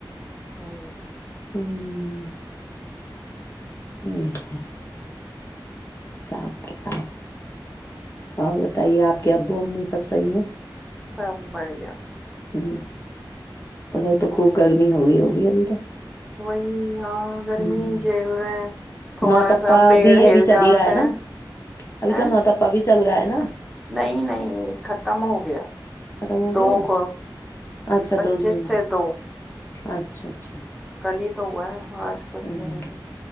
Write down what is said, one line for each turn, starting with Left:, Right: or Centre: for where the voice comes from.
Centre: ہاں
Left: ہوں یہ ہے حساب کتاب اور بتائیے آپ کے ابو امی سب صحیح ہیں
Centre: سب بڑھیا
Left: ہ ادھر تو خوب گرمی ہوگئی ہوگی ابھی تو
Centre: وہی ہاں گرمی
Left: ہ
Centre: ہی جھیل رہے ہیں تھوڑا
Left: نوتپا
Centre: سا پیڑ
Left: بھی
Centre: ہل
Left: ابھی چل
Centre: جاتے
Left: ہی گیا ہے نا
Centre: ہیں
Left: ابھی
Centre: ہے
Left: تو نوتپا بھی چل گا ہے نا
Centre: نہیں نہیں ختم ہو گیا
Left: ختم ہو
Centre: دو
Left: گیا وہ
Centre: کو
Left: اچھا
Centre: پچیس
Left: دو جون
Centre: سے
Left: کو
Centre: دو
Left: اچھا اچھا
Centre: کل ہی تو ہوا ہے آج تو
Left: ہوں
Centre: تین ہی